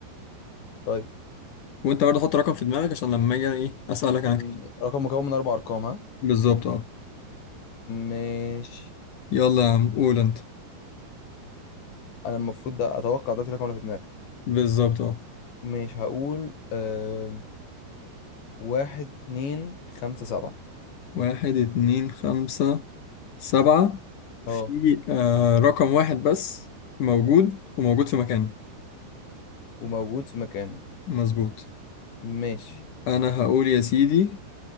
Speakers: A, on the left; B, on the left.
A: طيب
B: وانت برضه حط رقم في دماغك عشان لما اجي انا ايه اسالك
A: مم.
B: عنك
A: رقم مكون من أربع أرقام ها
B: بالظبط اه
A: ماشي
B: يلا يا عم قول انت
A: أنا المفروض ده أتوقع دلوقتي الرقم اللي في دماغك
B: بالظبط اه
A: مش هقول آه... واحد اتنين خمسة سبعة
B: واحد اتنين خمسة سبعة
A: اه
B: في آه رقم واحد بس موجود وموجود في مكانه
A: وموجود في مكانه
B: مظبوط
A: ماشي
B: أنا هقول يا سيدي